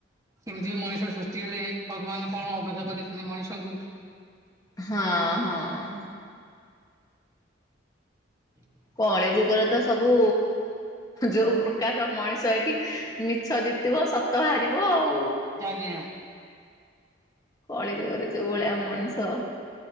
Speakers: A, on the right; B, on the left.
A: କେମିତି ମଣିଷ ସୃଷ୍ଟି ହେଲେ ଭଗବାନ କଣ ଅଭିଶାପ ଦେଇଛନ୍ତି ମଣିଷଙ୍କୁ।
B: ହଁ ହଁ।
A: ହଁ <inaudible>
B: କଳି ଯୁଗରେ ତ ସବୁ ଯୋଉ ପ୍ରକାରର ମଣିଷ ଏଠି ମିଛ ଜିତିବ ସତ ହାରିବ ଆଉ।
A: ଆଜ୍ଞା।
B: କଳି ଯୁଗରେ ଯୋଉ ଭଳିଆ ମଣିଷ।